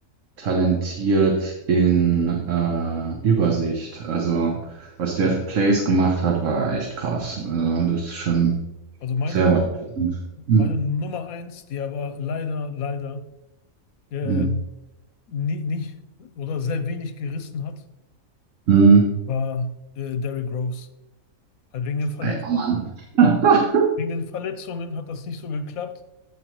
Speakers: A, on the right; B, on the left.
A: talentiert in äh, Übersicht. Also was der
B: ja.
A: für Plays gemacht hat, war echt krass. Also das ist schon
B: Also meine,
A: sehr beeindruckend. Hm.
B: Meine Nummer eins, die aber leider, leider äh,
A: Hm.
B: nie, nicht oder sehr wenig gerissen hat,
A: Hm.
B: war äh, Derrick Rose. Halt wegen den Verletzungen,
A: Alter Mann. <laughs>
B: wegen den Verletzungen hat das nicht so geklappt.